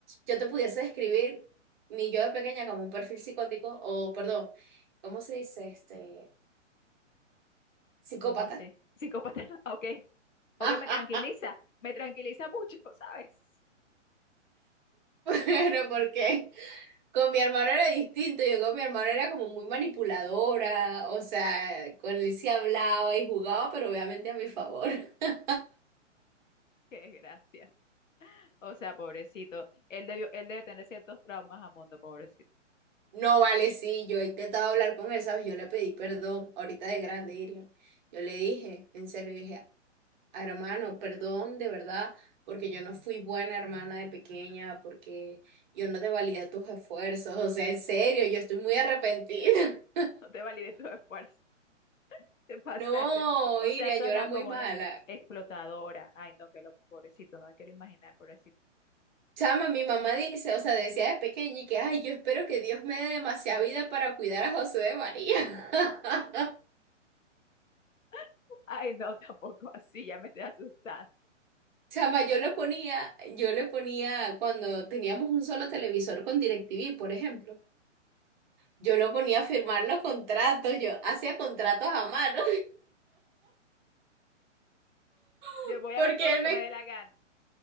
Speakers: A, on the right; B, on the left.
A: yo te pudiese describir mi yo de pequeña como un perfil psicótico o, perdón, ¿cómo se dice? Este, psicópata.
B: ¿cómo así? Psicópata, <laughs> ok. Ok,
A: <laughs>
B: me tranquiliza, me tranquiliza mucho, <laughs> ¿sabes?
A: Pero, ¿por qué? Con mi hermano era distinto, yo con mi hermano era como muy manipuladora, o sea, con él sí hablaba y jugaba, pero obviamente a mi favor. <laughs>
B: Qué gracia. O sea, pobrecito. Él debió, él debe tener ciertos traumas a mundo, pobrecito. <laughs>
A: No vale, sí, yo he intentado hablar con él, ¿sabes? Yo le pedí perdón, ahorita de grande, Irian. Yo le dije, en serio, dije, hermano, perdón de verdad, porque yo no fui buena hermana de pequeña, porque yo no te valía tus esfuerzos, o sea, en serio, yo estoy muy arrepentida. <laughs>
B: No te valide tu esfuerzo. Te pasaste.
A: No,
B: O
A: Irian,
B: sea, suena
A: yo era muy
B: como
A: mala.
B: una explotadora. Ay, no, que lo pobrecito, no me quiero imaginar, pobrecito.
A: Chama, mi mamá dice, o sea, decía de pequeña y que, ay, yo espero que Dios me dé demasiada vida para cuidar a José de María. <laughs>
B: <laughs> Ay, no, tampoco así, ya me estoy asustando.
A: Chama, yo lo ponía, yo le ponía cuando teníamos un solo televisor con DirecTV, por ejemplo, yo lo ponía a firmar los contratos, yo hacía contratos a mano, <laughs>
B: Yo voy
A: porque
B: a ver todo lo
A: él
B: que
A: me
B: me dé la gana.